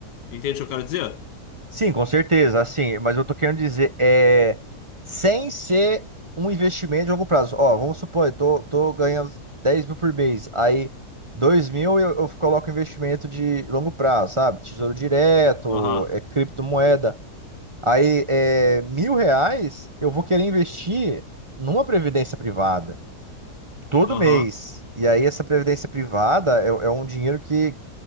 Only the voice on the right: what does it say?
Sim, com certeza, assim, mas eu tô querendo dizer, é, sem ser um investimento de longo prazo. Ó, vamos supor, eu tô, tô ganhando 10 mil por mês, aí 2 mil eu, eu coloco investimento de longo prazo, sabe? Tesouro direto,
é, criptomoeda. Aí, é, mil reais eu vou querer investir numa previdência privada, todo
mês. E aí, essa previdência privada é, é um dinheiro que